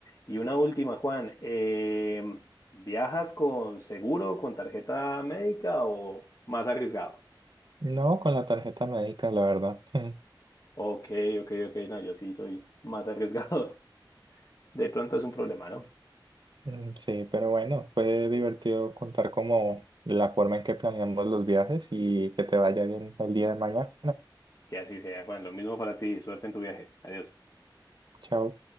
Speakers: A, on the left; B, on the right.
A: Y una última, Juan, em, ¿viajas con seguro, con tarjeta médica o más arriesgado?
B: No, con la tarjeta médica, la verdad. <laughs>
A: Ok, ok, ok, no, yo sí soy más arriesgado. <laughs> De pronto es un problema, ¿no?
B: Mm, Sí, pero bueno, fue divertido contar como la forma en que planeamos los viajes y que te vaya bien el día de mañana.
A: Que así sea. Bueno, lo mismo para ti. Suerte en tu viaje. Adiós.
B: Chao.